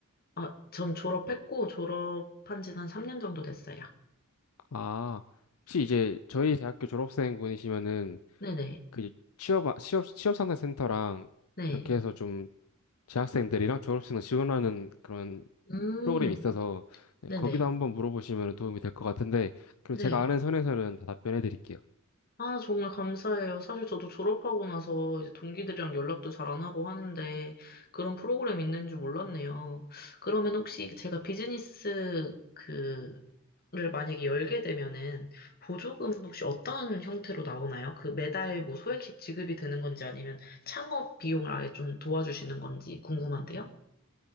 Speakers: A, on the left; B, on the left.
A: 아, 전 졸업했고, 졸업한 지는 한 3년 정도 됐어요.
B: 아, 혹시 이제 저희 대학교 졸업생 분이시면은
A: 네네.
B: 그 취업 취업 취업 상담 센터랑
A: 네.
B: 이렇게 해서 좀 재학생들이랑 졸업생을 지원하는 그런
A: 음,
B: 프로그램이 있어서 네,
A: 네네.
B: 거기도 한번 물어보시면 도움이 될 것 같은데 그리고
A: 네.
B: 제가 아는 선에서는 다 답변해 드릴게요.
A: 아, 정말 감사해요. 사실 저도 졸업하고 나서 이제 동기들이랑 연락도 잘 안 하고 하는데 그런 프로그램 있는 줄 몰랐네요. 그러면 혹시 제가 비즈니스 그를 만약에 열게 되면은 보조금은 혹시 어떤 형태로 나오나요? 그 매달 뭐 소액씩 지급이 되는 건지 아니면 창업 비용을 아예 좀 도와주시는 건지 궁금한데요?